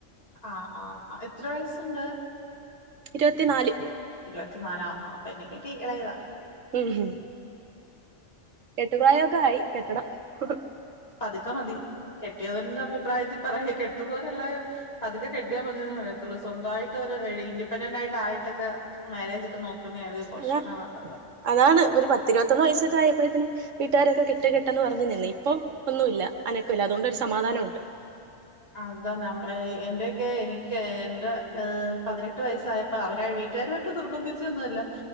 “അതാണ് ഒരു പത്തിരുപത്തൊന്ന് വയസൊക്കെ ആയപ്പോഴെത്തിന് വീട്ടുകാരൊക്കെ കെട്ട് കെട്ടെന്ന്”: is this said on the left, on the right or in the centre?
Right